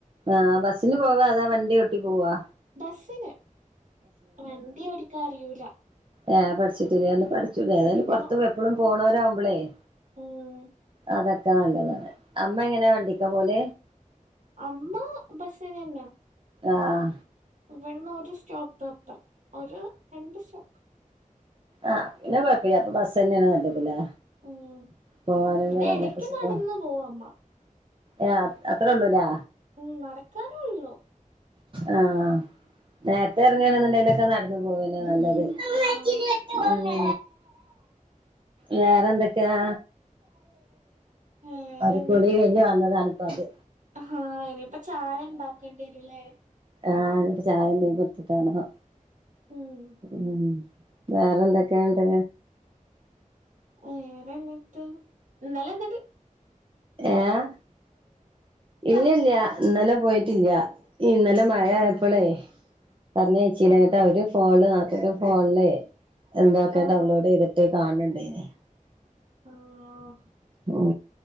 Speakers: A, on the right (about 40°); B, on the right (about 65°).
A: ആഹ ബസ്സിന് പോവാ അതാ വണ്ടി ഒട്ടി പോവാ
B: ബസ്സില് വണ്ടി ഓടിക്കാ അറിയൂല
A: ഏ പഠിട്ടില്ലേ ഒന്ന് പഠിച്ചൂടേ
B: പഠിക്കണം
A: ഏതായാലും പുറത്തും എപ്പഴും പോണവരാ ആവുമ്പോളേയ്
B: ഉം
A: അതൊക്കെ നല്ലതാണ് അമ്മ എങ്ങനെയാ വണ്ടിക്കാ പോവൽ
B: അമ്മ ബസിനന്നാ
A: ആഹ
B: ഇവിടുന്ന് ഒരു സ്റ്റോപ്പ് അപ്പറത്ത് ഒരു രണ്ട് സ് റ്റോപ
A: ആഹ പിന്നെ കുഴപ്പമല്യ അപ്പൊ ബസ് തന്നെയന്നെ നല്ലതല്ലേ
B: ഉം
A: പോകാനും
B: പിന്നെ
A: വരാനൊക്കെ
B: എടക്ക്
A: സുഖം
B: നടന്നു പോവും അമ്മ
A: ഏ അത്രേ ഉള്ളൂലേ
B: ഉം നടക്കാനേ ഉള്ളൂ
A: ആഹ നേരത്തെ ഇറങ്ങണെന്നണ്ടലൊക്കെ
B: ഉം
A: നടന്നു പോവന്നെ നല്ലത് <unintelligible>
B: ആഹ്
A: ഉ വേറെന്തക്ക യാ
B: വേറെ
A: ഒരു
B: എന്നി
A: കുളി കഴിഞ്ഞ് വന്നതാണ് ഇപ്പൊ അത്
B: ഹാ ഇനിയിപ്പ ചായ ഉണ്ടാക്കേണ്ടി വരൂല്ലേ
A: ആഇനിപ്പോ ചായ എന്തെലും കൊടുത്തിട്ടണോ
B: ഉം
A: ഉ വേറെ എന്തൊക്കെ ഉണ്ട്
B: വേറെ എന്നിട്ട് ഇന്നലെന്നിട്ട്
A: ഏഹ് ഇല്ല ഇല്ല ഇന്നലെ പോയിട്ടില്ല ഇന്നലെ
B: ആഹ്
A: മഴയപ്പോളേ പറഞയച്ചില്ലട്ട്
B: ആഹ്
A: അവര് ഫോണ് നാത്തുൻ്റെ ഫോണിലേ എന്തൊക്കെ
B: ആഹ്
A: ഡൗൺലോഡ് ചെയ്തിട്ട് കാണുണ്ണ്ടേനി
B: ആഹ്
A: ഉം